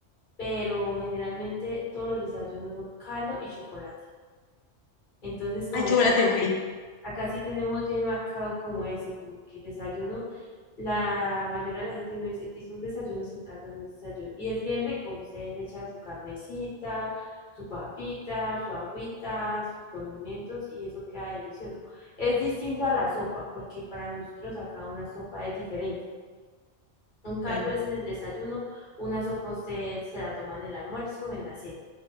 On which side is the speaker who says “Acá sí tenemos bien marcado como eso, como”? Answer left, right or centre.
Left